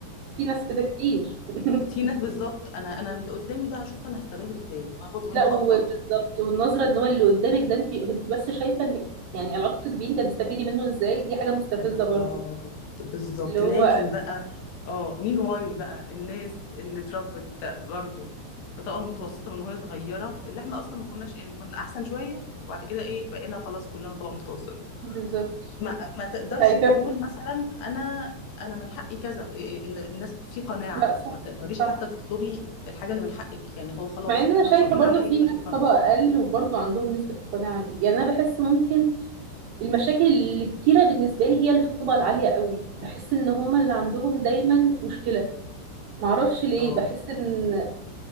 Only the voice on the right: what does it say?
في ناس كده كتير <laughs>
لا وبالظبط
والنظرة ان هو اللي قدامك ده انت انت بس شايفة انك يعني علاقتك بيه انت هتستفيدي منه ازاي دي حاجة مستفزة
برضو
اللي هو
بالظبط
<laughs>
ايوه
لا صح
صح
مع ان انا
شايفة
برضو
في
ناس
طبقة اقل وبرضو عندهم نسبة القناعة دي يعني انا بحس ممكن المشاكل الكتيرة بالنسبة لي هي اللي في الطبقة العالية قوي بحس ان هما اللي عندهم دايما مشكلة معرفش ليه
بحس ان